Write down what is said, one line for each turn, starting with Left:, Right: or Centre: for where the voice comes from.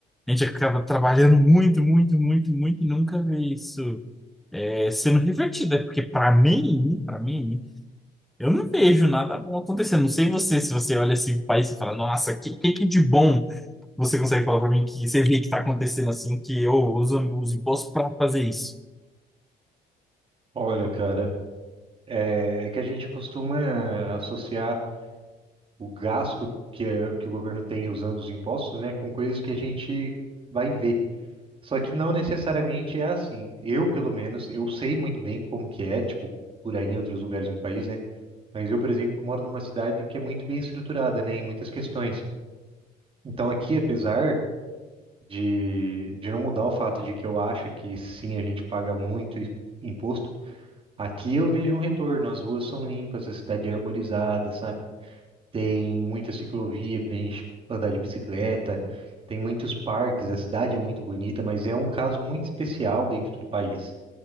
Centre: a gente acaba trabalhando muito, muito, muito, muito e nunca vê isso é, sendo revertido. É porque, para mim, para mim, eu não vejo nada bom acontecendo. Não sei você, se você olha esse país e fala, nossa, o que, que, que de bom você consegue falar para mim que você vê que está acontecendo assim, que eu uso os impostos para fazer isso?
Right: Olha, cara, é, é que a gente costuma associar o gasto que, é- que o governo tem usando os impostos, né, com coisas que a gente vai ver. Só que não necessariamente é assim. Eu, pelo menos, eu sei muito bem como que é, tipo, por aí em outros lugares no país, né? Mas eu, por exemplo, moro numa cidade que é muito bem estruturada, né, em muitas questões. Então aqui, apesar de, de não mudar o fato de que eu acho que sim, a gente paga muito i- imposto. Aqui eu vejo um retorno, as ruas são limpas, a cidade é arborizada, sabe? Tem muita ciclovia pra gente andar de bicicleta, tem muitos parques, a cidade é muito bonita, mas é um caso muito especial dentro do país.